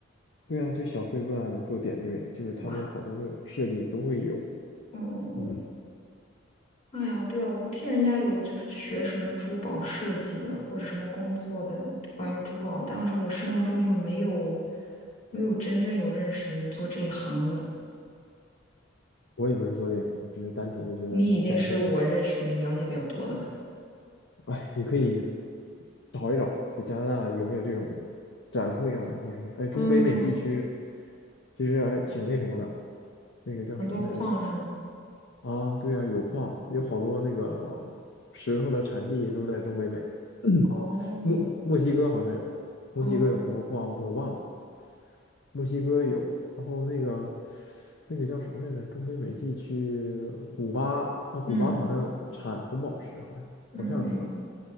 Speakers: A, on the left; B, on the left.
A: 对啊，就小碎钻做点缀，就是他们好多那种设计都会有。
B: 哇，嗯嗯嗯，
A: 嗯，
B: 哎呀，对啊，我不听人家有就是学什么珠宝设计的或者什么工作的关于珠宝，但是我生活中就没有没有真正有认识的人做这一行的。
A: 我也不是做这行，只是单纯的觉得感兴趣。
B: 你已经是我认识里面了解比较多的了。
A: 哎，你可以找一找，在加拿大有没有这种展会啊，或者什么？哎，中北美地区
B: 嗯，
A: 其实还挺那什么的，那个叫什么来着？
B: 很多矿是吗？
A: 啊，对啊，有矿，有好多那个石头的产地都在中北美，<clears throat>
B: 哦
A: 墨墨西哥好像有，墨西哥有什么矿我忘了，
B: 哦，
A: 墨西哥有，然后那个那个叫什么来着？中北美地区，古巴啊，古巴好像产红宝石，
B: 嗯
A: 好像好像是啊，
B: 嗯嗯